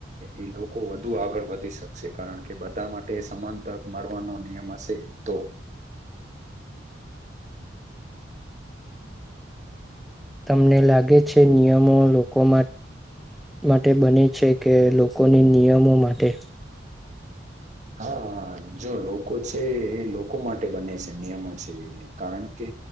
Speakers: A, on the right; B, in the centre.
A: એ લોકો વધુ આગળ વધી શકશે કારણ કે બધા માટે સમાન તક મળવાનો નિયમ સે તો
B: <inaudible> તમને લાગે છે નિયમો લોકોમાં માટે બને છે કે લોકોની નિયમો માટે
A: હા હા જો લોકો છે એ લોકો માટે બને છે નિયમો છે કારણ કે